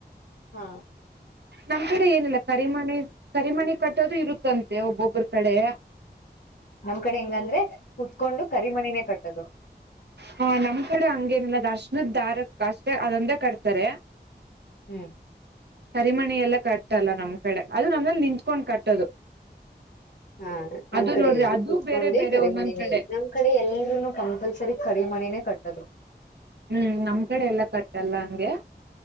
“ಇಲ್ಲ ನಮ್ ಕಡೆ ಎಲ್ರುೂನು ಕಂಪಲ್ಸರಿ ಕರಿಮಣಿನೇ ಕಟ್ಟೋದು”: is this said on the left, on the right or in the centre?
Left